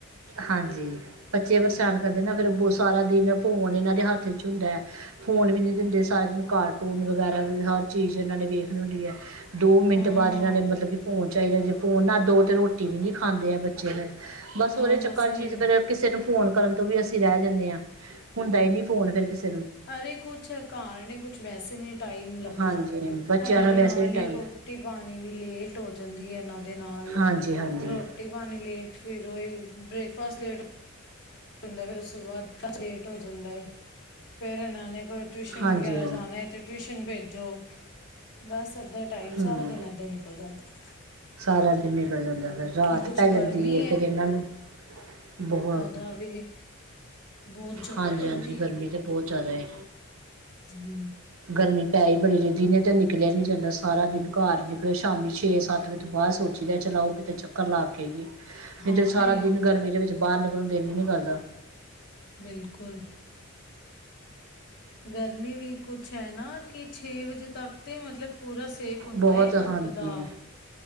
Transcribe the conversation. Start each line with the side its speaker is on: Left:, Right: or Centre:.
Right: ਹਾਂਜੀ, ਬੱਚੇ ਪਰੇਸ਼ਾਨ ਕਰਦੇ ਨਾਂ ਫਿਰ ਸਾਰਾ ਦਿਨ ਫੋਨ ਇਹਨਾਂ ਦੇ ਹੱਥ ਚ ਹੁੰਦਾ ਐ, ਫੋਨ ਵੀ ਨਹੀਂ ਦਿੰਦੇ। ਸਾਰਾ ਦਿਨ ਕਾਰਟੂਨ ਵਗੈਰਾ, ਹਰ ਚੀਜ਼ ਇਹਨਾਂ ਨੇ ਵੇਖਣ ਹੁੰਦੀ ਐ। ਦੋ ਮਿੰਟ
Left: ਹਾਂ
Right: ਬਾਅਦ ਇਹਨਾਂ ਨੇ, ਮਤਲਬ ਕਿ ਫੋਨ। ਚਾਈਦਾ ਜ ਫੋਨ ਨਾ ਦੋ ਤੇ ਰੋਟੀ ਵੀ ਨਹੀਂ ਖਾਂਦੇ ਏ ਬੱਚੇ ਫਿਰ ਬਸ
Left: ਹਾਂ
Right: ਉਦੇ ਚੱਕਰ
Left: ਇਹੀ
Right: ਚੀ ਫਿਰ ਕਿਸੇ ਨੂੰ ਫੋਨ ਕਰਨ ਤੋਂ ਵੀ ਅਸੀਂ ਰਹਿ ਜਾਂਣੇ ਆਂ, ਹੁੰਦਾ ਈ ਨੀਂ ਫੋਨ ਫੇਰ ਕਿਸ
Left: ਅਰੇ, ਕੁਛ ਐ ਘਰ ਨੇ ਕੁਛ ਵੈਸੇ ਨੀਂ ਟਾਈਮ ਲੱਗਦਾ।
Right: ਹਾਂਜੀ ਬੱਚਿਆਂ
Left: ਇਹਨਾਂ
Right: ਦਾ ਵੈਸੇ
Left: ਦੇ ਨਾਲ
Right: ਵੀ ਟਾਈਮ
Left: ਹੀ ਰੋਟੀ
Right: ਹੈ।
Left: ਪਾਣੀ ਵੀ ਲੇਟ ਹੋ ਜਾਂਦੀ ਐ। ਇਹਨਾਂ ਦੇ ਨਾਲ
Right: ਹਾਂਜੀ ਹਾਂਜੀ
Left: ਰੋਟੀ-ਪਾਣੀ ਲੇਟ ਫਿਰ <unintelligible> ਬ੍ਰੇਕਫਾਸਟ ਲੇਟ ਹੁੰਦਾ, ਉਸ ਤੋਂ ਬਾਅਦ ਲੇਟ ਹੋ ਜਾਂਦਾ, ਫੇਰ ਇਹਨਾਂ ਨੇ ਫੇਰ ਟਿਊਸ਼ਨ
Right: ਹਾਂਜੀ
Left: ਵਗੈਰਾ
Right: ਹਾਂਜੀ
Left: ਜਾਣਾ ਐਂ, ਤੇ ਟਿਊਸ਼ਨ ਭੇਜੋ। ਬਸ। ਏਦਾਂ ਟਾਈਮ
Right: ਹਮ
Left: ਸਾਰਾ ਦਿਨ ਏਦਾਂ ਹੀ ਨਿਕਲ ਜਾਂਦਾ।
Right: ਸਾਰਾ ਦਿਨ ਨਿਕਲ ਜਾਂਦਾ, ਫਿਰ ਰਾਤ
Left: ਕੁਛ
Right: ਪੈ ਜਾਂਦੀ
Left: ਗਰਮੀ
Right: ਹੈ। ਫੇਰ ਇਹਨਾਂ ਨੂੰ ਬਹੁਤ
Left: ਦਾ ਵੀ। ਬਹੁਤ ਜ਼ਿਆਦਾ
Right: ਹਾਂਜੀ
Left: ਗਰਮੀ
Right: ਹਾਂਜੀ ਤਾਂ ਬਹੁਤ ਜ਼ਿਆਦਾ ਏ
Left: ਹਮ।
Right: ਗਰਮੀ ਪੈ ਹੀ ਬੜੀ। ਦਿਨੇ ਤਾਂ ਨਿਕਲਿਆ ਨਹੀਂ ਜਾਂਦਾ। ਸਾਰਾ ਦਿਨ ਘਰ। ਨਿਕਲੇ ਸ਼ਾਮੀ ਛੇ ਸੱਤ ਵਜੇ ਤੋਂ ਬਾਅਦ। ਸੋਚੀ ਦਾ ਚਲਾਓ ਕਿਤੇ ਚੱਕਰ ਲਾ ਕੇ ਆਈਏ।
Left: ਹਾਂ
Right: ਇਥੇ ਸਾਰਾ
Left: ਇਹ
Right: ਦਿਨ ਗਰਮੀ ਦੇ ਵਿੱਚ। ਬਾਹਰ ਨਿਕਲਣ ਨੂੰ ਦਿਲ ਹੀ ਨਹੀਂ ਕਰਦਾ।
Left: ਬਿਲਕੁਲ। ਗਰਮੀ ਵੀ ਕੁੱਛ ਹੈ ਨਾ। ਕਿ ਛੇ ਵਜੇ ਤੱਕ ਤੇ ਮਤਲਬ ਪੂਰਾ ਸੇਕ ਹੁੰਦਾ,
Right: ਬਹੁਤ
Left: ਧੁੱਪ
Right: ਹਾਂਜੀ
Left: ਦਾ।